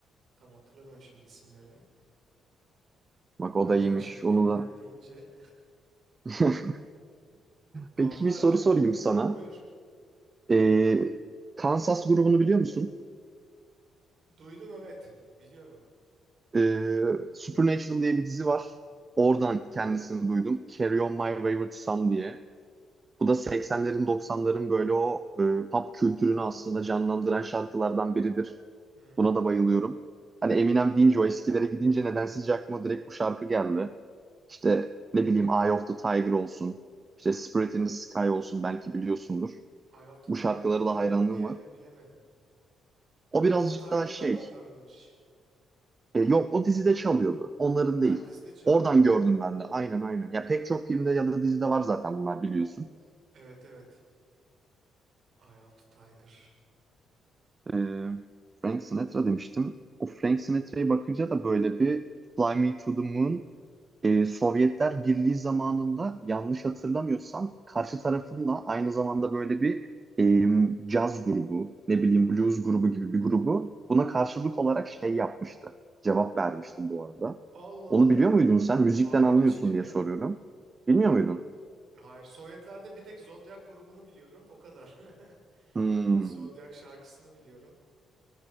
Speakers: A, on the right; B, on the right.
A: tam hatırlamıyorum şimdi isimlerini.
B: Bak o
A: Öyle
B: da iyiymiş.
A: yani şimdi Eminem
B: Onu da.
A: deyince.
B: <laughs>
A: <laughs> Vallahi
B: Peki bir soru
A: rap
B: sorayım
A: olayı.
B: sana.
A: Ha buyur.
B: Ee, Kansas grubunu biliyor musun?
A: Duydum evet. Biliyorum.
B: Ee, Supernatural diye bir dizi var. Oradan kendisini duydum. Carry On My Wayward Son diye. Bu da 80'lerin 90'ların böyle o e, pop kültürünü aslında canlandıran şarkılardan biridir.
A: Hmm.
B: Buna da bayılıyorum. Hani Eminem deyince o eskilere gidince nedensizce aklıma direkt bu şarkı geldi. İşte ne bileyim Eye of the Tiger olsun. işte Spirit in the Sky olsun belki biliyorsundur.
A: Eye of the Tiger'ı
B: Bu şarkılara
A: biliyorum
B: da hayranlığım
A: da diğerini
B: var.
A: bilemedim.
B: O
A: Eye
B: birazcık
A: of the Tiger'da
B: daha şey
A: mı onlarınmış?
B: E, yok o dizide çalıyordu. Onların
A: Ha
B: değil.
A: dizde çalıyor
B: Oradan
A: tamam.
B: gördüm ben de. Aynen aynen. Ya pek çok filmde ya da dizide var zaten bunlar biliyorsun.
A: Evet evet. Eye of the Tiger.
B: E, Frank Sinatra demiştim. O Frank Sinatra'ya bakınca da böyle bir Fly Me to the Moon e, Sovyetler Birliği zamanında yanlış hatırlamıyorsam karşı
A: Hı.
B: tarafında aynı zamanda böyle bir e, caz grubu, ne bileyim blues grubu gibi bir grubu buna karşılık olarak şey yapmıştı. Cevap vermiştim bu arada.
A: Allah
B: Onu
A: Allah.
B: biliyor muydun sen? Müzikten
A: Hayır
B: anlıyorsun
A: hiç bilmiyordum.
B: diye soruyorum. Bilmiyor muydun?
A: Hayır Sovyetlerde bir tek Zodiac grubunu biliyorum o kadar.
B: Hmm.
A: <laughs> Zodiac şarkısını biliyorum.